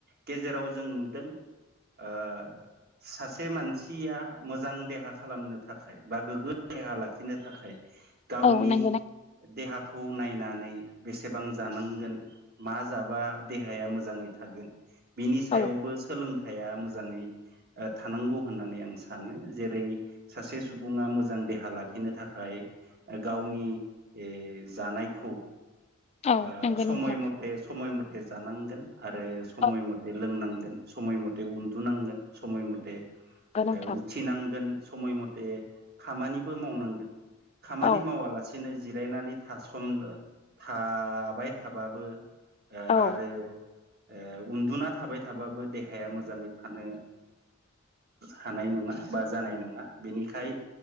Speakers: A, on the right; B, on the left.
A: गेजेराव जों नुदों ओ सासे मानसिया मोजां देहा खालामनो थाखाय बा गोग्गो देहा लाखिनो थाखाय गावनि
B: औ नंगौ
A: देहाखौ खौ नायनानै बेसेबां जानांगोन मा जाबा देहाया मोजाङै थागोन। बिनि सायावबो
B: औ
A: सोलोंथाइया मोजाङै ओ थानांगौ होननानै आं सानो जेरै सासे सुबुङा मोजां देहा लाखिनो थाखाय गावनि ओ जानायखौ
B: औ
A: ओ
B: नंगौ
A: समय
B: नोंथां
A: मथे - समय मथे जानांगोन आरो समय
B: औ
A: मथे लोंनांगोन। समय मथे उन्दुनांगोन समय मथे
B: नंगौ नोंथां
A: ओ उथिनांगोन। समय मथे खामानिबो मावनांगोन खामानि
B: औ
A: मावालासेनो जिब जिरायनानै सम थाबाय थाबाबो ओ
B: औ
A: आरो ओ उन्दुना थाबाय थाबाबो देहाया मोजाङै थानो हानाय नङा बा जानाय नङा बिनि खाय